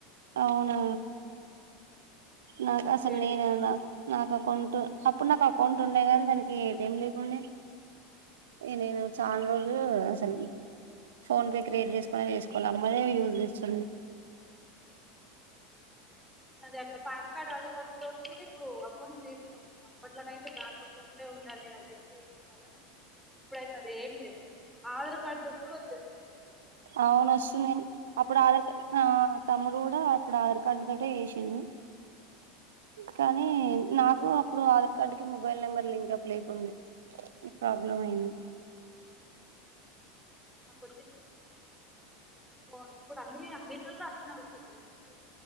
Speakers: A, on the right; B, in the centre.
A: అవునా నాకు
B: అట్లనే
A: అసలు
B: క్రియేట్
A: నేను
B: చేసి
A: నా నాకు అకౌంట్ అప్పుడు నాకు అకౌంట్ ఉండే కాని దానికి ఏటీఎం లేకుండే ఎ నేను చానా రో మ్ అసలు ఫోన్ పే క్రియేట్ చేసుకుని వేసుకున అమ్మదే యూజ్ చేస్తున
B: అదే అట్లా పాన్ కార్డ్ ఆధార్కార్డు టు ఇప్పుడు అకౌంట్ తీసుకోవస్తుంది అప్పట్లోన అయితే బ్యాంక్ అకౌంటట్ హె ఉండాలి, అదిది వేయించుకోవాలని ఉండ, ఇప్పుడైతే అది ఏం లేదు ఆధార్ కార్డు తో కూడా వచ్చేస్తుంది ఇప్పుడైతే
A: అవును వస్తుంది కాని అప్పుడు ఆధార్ అ తమ్ముడు కూడా అప్పుడు ఆధార్ కార్డు తోటే చేసిండు కానీ నాక్ అప్పుడు ఆధార్ కార్డు కి మొబైల్ నెంబర్ లింక్ అప్ లేకుండే, ఈ ప్రాబ్లం అయింది
B: ఆ కొచ్చచు ఓ ఇప్పుడు అన్ని అన్నింటిలలో అట్నే వస్తుంది ఒకప్పుడు